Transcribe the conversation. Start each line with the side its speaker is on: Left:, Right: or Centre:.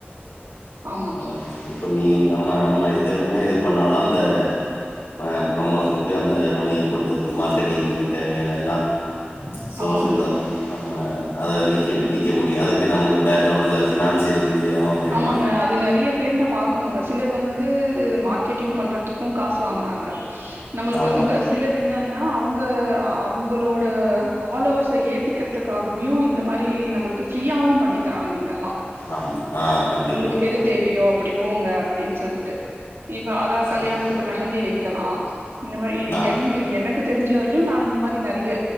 Right: ஆமா
Left: நல்லாரு இப்ப நீ நம்ம நம்ம எதுவுமே இது பண்ணாலு அந்த ஆ ப்ரோமோஷனுகு அந்த வணிய படுதது மார்க்கெட்டிங்க்கு தேவயான எல்லா சோர்ஸ்
Right: ஆமாங்க
Left: இருந்தா ஆமா அதுல நிக்கற நிக்க முடியு அதுக்கு நமக்கு பேக்ரவுண்ட்ல பினான்சியல் ரீதியாவு வேணு
Right: ஆமாங்க அது நெறைய பேர் நா பாக்கணுங்க சிலர் வந்து மார்க்கெட்டிங் பண்றதுக்கு காஸ் வாங்கறாங்க நம்ளுக்கு
Left: ஆமா
Right: வந்து சிலர் என்னன்னா அவுங்க அவுங்களோட ஃபாலோவர்சா ஏத்திக் த்துக்காகவியூ இந்த மாரி நம்ளுக்கு ஃப்ரீயாவு பண்ணி தராங்க இங்கல்லா
Left: ஆமா ஆ கண்டிப்பாங்க
Right: உங்களுக்கு எது தேவயோ அப்டி போங்க அப்டின் சொல்ட்டு இப்ப அதா கல்யாணத்துக்கு
Left: ஆமா
Right: மெஹந்தி வைக்கலா இந்த மாரி இ
Left: ஆ
Right: எங்க எனக்கு தெரிஞ்ச வர்லயு நா இந்த மாரி நெறய